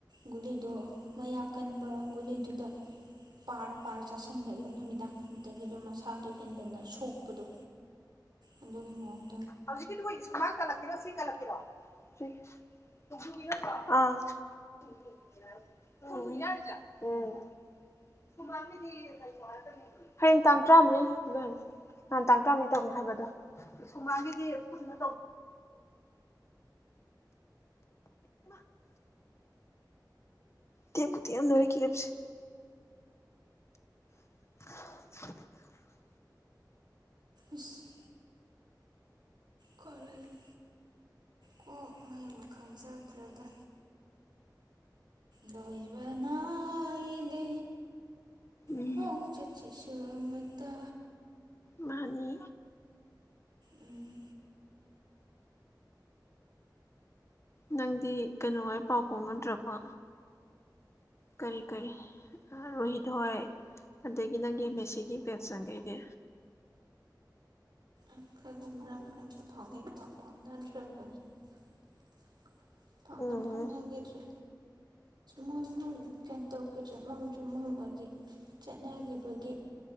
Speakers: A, on the right (about 70°); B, on the left (about 35°).
A: ꯒꯨꯂꯤꯗꯣ ꯃꯌꯥꯛ ꯀꯟꯕ ꯒꯨꯂꯤꯗꯨꯗ ꯄꯥꯔ ꯄꯥꯔ ꯆꯥꯥꯁꯟꯕ ꯑꯌꯨꯛ ꯅꯨꯃꯤꯗꯥꯡ ꯑꯗꯨꯗꯒꯤꯁꯨ ꯃꯁꯥꯗꯣ ꯍꯦꯟꯖꯟꯅ ꯁꯣꯛꯄꯗꯣ ꯑꯗꯨꯒꯤ ꯃꯑꯣꯡ
B: ꯍꯧꯖꯤꯛꯀꯤ ꯗꯨꯕꯨ ꯁꯀ <unintelligible> ꯍꯤꯃꯥ ꯇꯦꯛꯄꯨ ꯇꯦꯛꯑꯝꯗꯣꯔꯦ ꯀꯂꯤꯞ ꯁꯤ <inaudible>
A: ꯏꯁ ꯀꯔꯤꯅꯣ ꯀꯣꯛ ꯃꯌꯨꯝ ꯈꯪꯖ꯭ꯔꯗꯦꯗ ꯂꯣꯏꯕ ꯅꯥꯏꯗꯦ
B: ꯎꯝ
A: ꯈꯣꯡꯆꯠꯁꯤꯁꯨ ꯑꯃꯇ
B: ꯃꯥꯅꯤ
A: ꯎꯝ
B: ꯅꯪꯗꯤ ꯀꯩꯅꯣ ꯍꯣꯏ ꯄꯥꯎ ꯐꯥꯎꯅꯗ꯭ꯔꯕꯣ ꯀꯔꯤ ꯀꯔꯤ ꯑꯥ ꯔꯣꯍꯤꯠ ꯍꯣꯏ ꯑꯗꯒꯤ ꯅꯪꯒꯤ ꯃꯦꯁꯤꯒꯤ ꯕꯦꯠꯁ ꯆꯪꯒꯩꯗꯤ
A: <unintelligible> ꯄꯥꯛꯅ
B: ꯎꯝ
A: ꯐꯥꯎꯅꯒꯤꯗ꯭ꯔꯦ ꯁ ꯃꯣꯏ ꯃꯣꯏ ꯒꯗ ꯀꯩꯅꯣ ꯇꯧꯈꯤꯗ꯭ꯔꯦ ꯃꯣꯏꯁꯨ ꯃꯣꯏ ꯃꯣꯏꯒꯤ ꯆꯠꯅꯒꯤꯕꯒꯤ